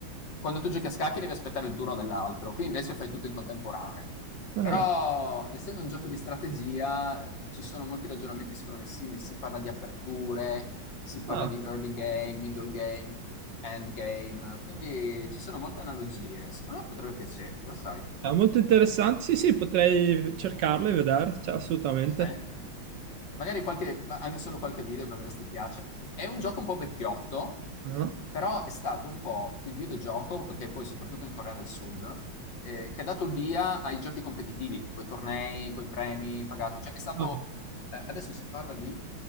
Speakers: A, on the left; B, on the right.
A: quando tu giochi a scacchi devi aspettare il turno dell'altro, qui invece fai tutto in contemporanea.
B: Ah,
A: Però, essendo un gioco di strategia, eh, ci sono molti ragionamenti secondo me simili, si parla di aperture, si parla
B: ah,
A: di early game, middle game, end game, quindi ci sono molte analogie. Secondo me potrebbe piacerti, lo sai.
B: è molto interessante. Sì, sì, potrei cercarlo e vedere, cioè, assolutamente.
A: Sì. Magari qualche, ma anche solo qualche video per vedere se ti piace. È un gioco un po' vecchiotto,
B: Ah,
A: però è stato un po' il videogioco, che poi soprattutto in Corea del Sud, eh, che ha dato il via ai giochi competitivi, coi tornei, coi premi pagati. Cioè è stato,
B: ah.
A: eh, adesso si parla di,